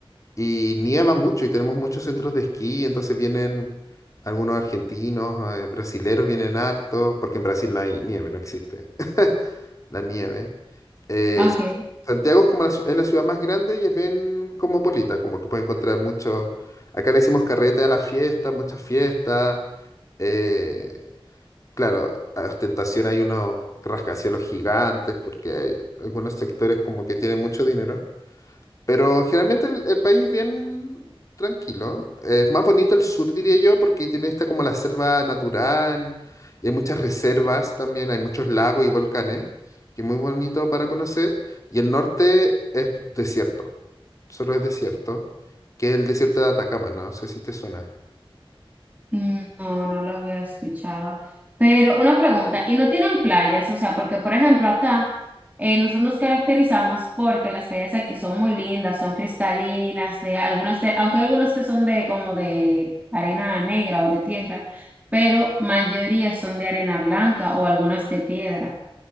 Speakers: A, on the left; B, on the right.
A: Y nieva mucho y tenemos muchos centros de esquí, entonces vienen algunos argentinos, eh, brasileros vienen hartos, porque en Brasil no hay nieve, no existe <laughs> la nieve. Eh,
B: Ok.
A: Santiago es como la, ci- es la ciudad más grande y es bien cosmopolita, como que puede encontrar muchos... Acá le hicimos carrete a la fiesta, muchas fiestas. eh, claro, a ostentación hay unos rascacielos gigantes, porque hay algunos sectores como que tienen mucho dinero. Pero generalmente el, el país es bien tranquilo. Es más bonito el sur, diría yo, porque tiene esta como la selva natural. Y hay muchas reservas también, hay muchos lagos y volcanes, que es muy bonito para conocer. Y el norte es desierto, solo es desierto, que es el desierto de Atacama, no No sé si te suena.
B: Mm, No, no lo había escuchado. Pero una pregunta, ¿y no tienen playas? O sea, porque por ejemplo acá eh, nosotros nos caracterizamos porque las playas aquí son muy lindas, son cristalinas, de algunas, de- aunque hay algunas que son de como de arena negra o de tierra, pero mayoría son de arena blanca o algunas de piedra.